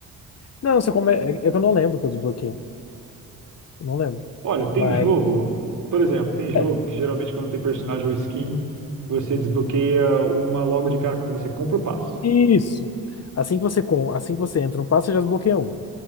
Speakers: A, on the left; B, on the right.
A: Não, só come... é é que eu não lembro que eu desbloqueei. Eu não lembro.
B: Olha, tem
A: Mas,
B: jogo, por exemplo, tem jogo
A: é,
B: que geralmente quando tem personagem ou skin, você desbloqueia uma logo de cara quando você compra o passe.
A: isso. Assim que você, com... assim que você entra no passe, você já desbloqueia uma.